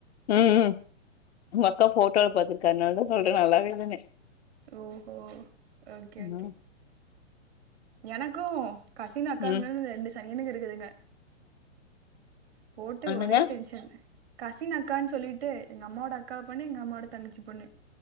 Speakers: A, on the left; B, on the right.
A: ம் உங்க அக்கா போட்டோல பாத்திருக்கே அதனால தா சொல்றே நல்லாவே இல்லனு
B: ஓஹொ ஓகே ஓகே
A: ம்
B: எனக்கு கசின் அக்காங்கனு
A: ம்
B: ரெண்டு சனியனுங்க இருக்குதுங்க போட்டு
A: என்னங்க
B: ஒரே டென்ஷன் கசின் அக்கான்னு சொல்லிட்டு எங்க அம்மாவோட அக்கா பொண்ணு எங்க அம்மாவோட தங்கச்சி பொண்ணு